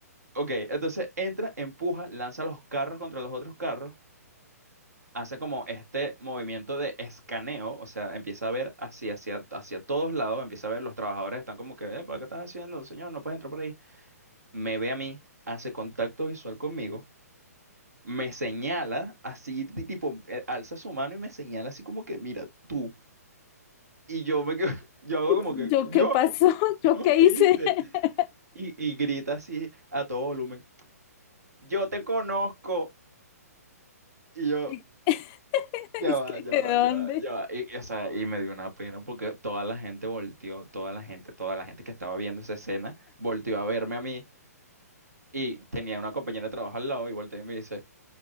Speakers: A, on the right (about 70°); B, on the left (about 25°).
A: Ok, entonces entra, empuja, lanza los carros contra los otros carros. hace como este movimiento de escaneo, o sea, empieza a ver hacia, hacia, hacia todos lados, empieza a ver los trabajadores están como que, "Epa, ¿qué estás haciendo, señor? No puedes entrar por ahí. Me ve a mí, hace contacto visual conmigo, me señala así, ti- tipo, eh, alza su mano y me señala así como que, mira, tú. Y yo me quedo, <laughs> yo hago como
B: ¿Yo
A: que, yo,
B: qué pasó? <laughs>
A: yo,
B: ¿Yo qué
A: ¿qué
B: hice?
A: hice?
B: <laughs>
A: Y, y grita así a todo volumen, yo te conozco. Y yo,
B: Y- <laughs>
A: Ya
B: Es
A: va,
B: que
A: ya
B: ¿de
A: va,
B: dónde?
A: ya va, ya va. Y, y, o sea, y me dio una pena porque toda la gente volteó, toda la gente, toda la gente que estaba viendo esa escena volteó a verme a mí y tenía una compañera de trabajo al lado y volteó y me dice,